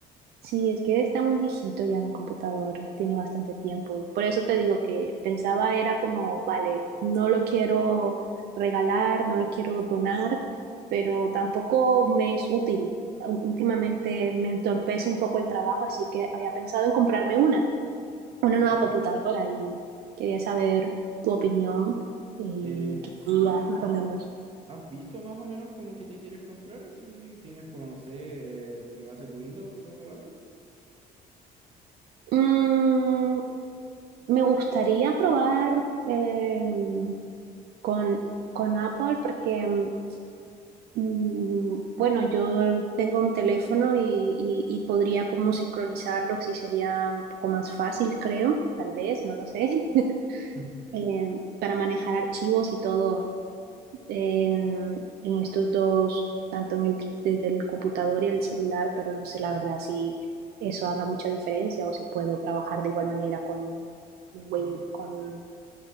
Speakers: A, on the right; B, on the right.
A: Sí, es que está muy viejito ya mi computador, tiene bastante tiempo y por eso te digo que pensaba era como, vale, no lo quiero regalar, no lo quiero donar, pero tampoco me es útil. Ú- Últimamente me entorpece un poco el trabajo, así que había pensado en comprarme una, una
B: Ya,
A: nueva computadora y quería saber tu opinión y
B: eh,
A: qué
B: sí,
A: digas más
B: has,
A: o menos.
B: has visto más o menos como que te quieres comprar, así tienes como, no sé, eh, si va a ser Windows o Apple.
A: Mm, me gustaría probar... em, con, con Apple porque, mm, mm, bueno, yo tengo mi teléfono y, y- y podría como sincronizarlos y sería un poco más fácil, creo, tal vez, no lo sé, <laughs>
B: <laughs>
A: eh, para manejar archivos y todo en, en estos dos, tanto en el, desde el computador y el celular, pero no sé la verdad si eso haga mucha diferencia o si puedo trabajar de igual manera con, Win-
B: Mm,
A: con un